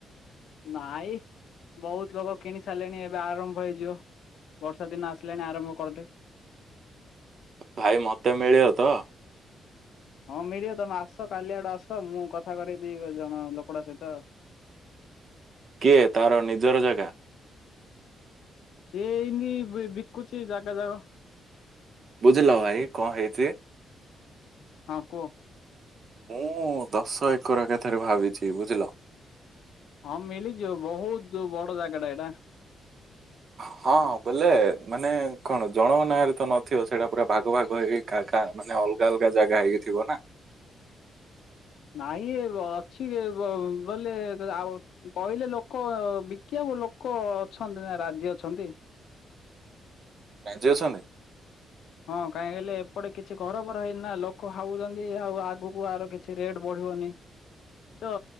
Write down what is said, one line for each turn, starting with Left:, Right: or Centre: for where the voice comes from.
Left: ନାଇଁ ବହୁତ ଲୋକ କିଣି ସାରିଲେଣି ଏବେ ଆରମ୍ଭ ହେଇଯିବ। ବର୍ଷା ଦିନ ଆସିଲାଣି ଆରମ୍ଭ କରିଦେବେ।
Right: ଭାଇ ମତେ ମିଳିବ ତ।
Left: ହଁ ମିଳିବ ତମେ ଆସ କାଲି ଆଡେ ଆସ ମୁଁ କଥା କରେଇ ଦେ ଜଣ ଲୋକଟା ସହିତ।
Right: କିଏ ତାର ନିଜର ଜାଗା।
Left: ଏଇନି ବି ବିକୁଛି ଜାଗା ଜାଗ।
Right: ବୁଝିଲ ଭାଇ କଣ ହେଇଛି?
Left: ହଁ କୁହ।
Right: ମୁଁ ଦଶ ଏକର ଏକା ଥରେ ଭାବିଛି ବୁଝିଲ।
Left: ହଁ ମିଳିଯିବ ବହୁତ ବଡ ଜାଗାଟା ଏଟା।
Right: ହଁ ବୋଲେ ମାନେ କଣ ଜଣ ନାଁ ରେ ତ ନଥିବ ସେଇଟା ପୁରା ଭାଗ ଭାଗ ହେଇ କା କା ମାନେ ଅଲଗା ଅଲଗା ଜାଗା ହେଇକିଥିବ ନା।
Left: ନହିଁ ଏ ଅଛି ଅ ଅ ବୋଲେ ଆଉ କହିଲେ ଲୋକ ବିକିବାକୁ ଲୋକ ଅଛନ୍ତି ନା ରାଜି ଅଛନ୍ତି।
Right: ରାଜିି ଅଛନ୍ତି।
Left: ହଁ କାହିଁକଲେ ଏପଟେ କିଛି ଘରଫର ହେଇନି ନା ଲୋକ ଭାବୁଛନ୍ତି ଆଉ ଆଗକୁ ଆର କେ ଛି ରେଟ ବଢିବନି ତ।